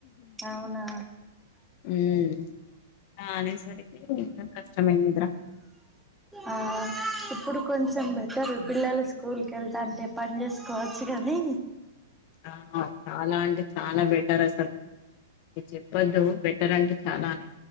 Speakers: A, in the centre; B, on the left.
A: అవునా
B: హ్మ్ అనేసరికి ఇంకా కష్టమే కదర
A: ఆ ఇప్పుడు కొంచెం బెటరు పిల్లలు స్ స్కూల్కి వెళ్తాంటే పని చేసుకోవచ్చు కానీ
B: ఆ చాలా అంటే చాలా బెటర్ అసలు ఇది చెప్పొద్దు బెటర్ అంటే చాలానే